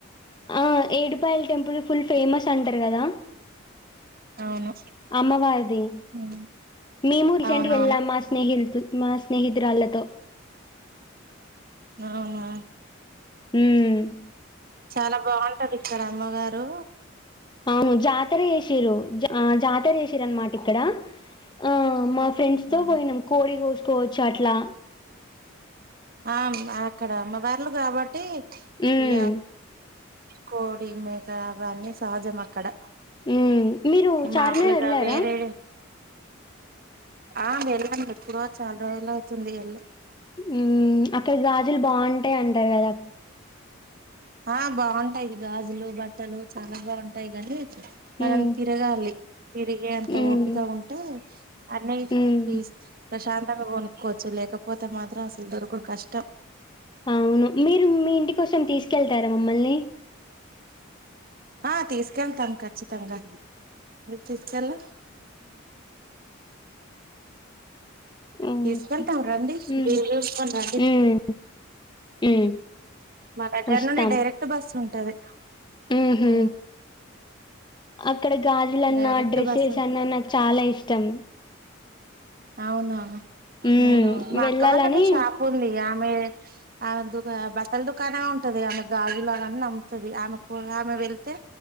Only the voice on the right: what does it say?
అవును
ఉమ్
అవునవును
అవునా
చాలా బావుంటది అక్కడమ్మవారు
ఆ
ఆ అక్కడ అమ్మవర్లు కాబట్టి
ఇ కోడి మేక అన్ని సహజం అక్కడ
మాములుగా
వేరే ఆ వెళ్ళండి ఎప్పుడో చాలా రోజులు అవుతుంది ఎల్లి
ఆ బాగుంటాయి గాజులు బట్టలు చాలా బాగుంటాయి గానీ మనం
తిరగాలి తిరిగే అంత
ఓపికా ఉంటే అన్నయ్
ఇస్ ప్రశ్న్ తంగ్ కొనుక్కోవచ్చు లేకపోతే మాత్రం అసలు దొరకుడు కష్టం
ఆ తీసుకెళ్తాం ఖచ్చితంగా తీసుకెళ్ళ
తీసుకెళ్తాం రండి
మీరు చూసుకుని రండి
మా దగ్గర
నుండి డైరెక్ట్ బస్ ఉంటాది
ఊ
డైరెక్ట్
బస్ ఉంటది
అవునా
నేను మా
అక్క వాళ్ళది షాప్ ఉంది ఆమె ఆమె దుకా బట్టలు దుకాణం మే ఉంటది ఆమె గాజులు అవి అన్ని అమ్ముతాది ఆమెకు ఆమె వెళ్తే